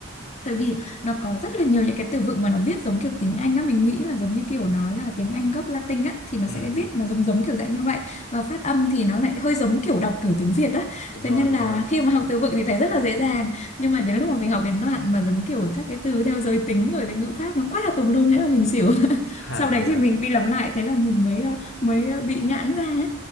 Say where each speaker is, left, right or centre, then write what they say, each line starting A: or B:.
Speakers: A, on the left; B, on the left.
A: Tại vì nó có rất là nhiều những cái từ vựng mà nó viết giống kiểu tiếng Anh á, mình nghĩ là giống như kiểu nó là tiếng Anh gốc Latin á thì nó
B: ừ
A: sẽ viết là giống giống kiểu dạng như vậy và phát âm thì nó lại hơi giống kiểu đọc kiểu tiếng Việt á.
B: đúng
A: Thế
B: rồi
A: nên
B: đúng
A: là
B: rồi
A: khi mà học từ vựng thì thấy rất là dễ dàng, nhưng mà đến lúc mà mình học đến đoạn mà giống kiểu các cái từ theo giới tính rồi thì ngữ pháp nó quá là tùm lum thế là mình xỉu. <laughs>
B: à
A: Sau đấy
B: thế
A: thì
B: à
A: mình đi làm lại thế là mình mới ờ, mới ờ, bị ngãng ra á.